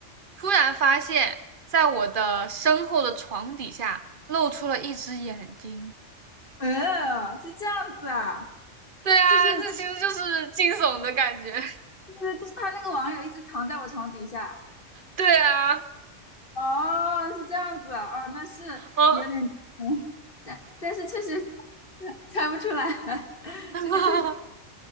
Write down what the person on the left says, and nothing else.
嗯，呃，是这样子啊，
就是就
是就是他那个网友一直藏在我床底下，
哦，是这样子啊，哦，那是有点，
嗯，但但是确实猜不出来，<laughs>
这个确实，